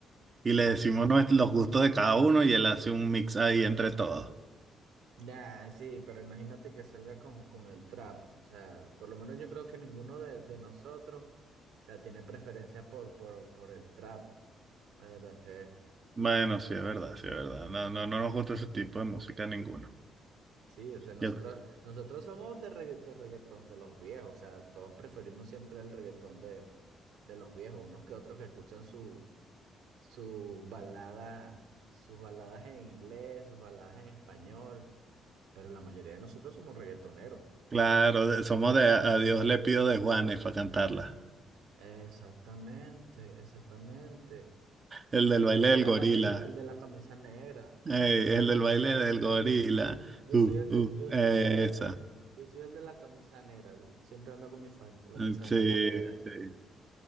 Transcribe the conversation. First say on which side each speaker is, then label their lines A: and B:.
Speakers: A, on the right; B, on the right.
A: Y
B: Sí.
A: le decimos nues- los gustos de cada uno y él hace un mix ahí entre todos.
B: Nah, sí, pero imagínate que salga con, con el trap. O sea, por lo menos yo creo que ninguno de, de nosotros, o sea, tiene preferencia por, por, por el trap. La verdad que.
A: Bueno, sí, es verdad, sí, es verdad. No, no, no nos gusta ese tipo de música ninguno.
B: Sí, o sea, nosotros,
A: Yo-
B: nosotros somos de, regga- de reggaetón de los viejos, o sea, todos preferimos siempre el reggaetón de, de los viejos, unos que otros que escuchan su, sus baladas, sus baladas en inglés, sus baladas en español, pero la mayoría de nosotros somos reggaetoneros.
A: claro, de- somos de A Dios le pido de Juanes para cantarla.
B: Exactamente, exactamente.
A: El del baile
B: El de
A: del
B: la
A: gorila.
B: camisa, el de la camisa negra.
A: Ey, el del baile
B: Ay,
A: del gorila.
B: Yo
A: Uh,
B: soy el de,
A: uh,
B: yo soy
A: esa.
B: el de la, yo soy el de la camisa negra. Siempre ando con mi fan- con
A: Mm,
B: mi franela
A: Sí,
B: negra.
A: sí.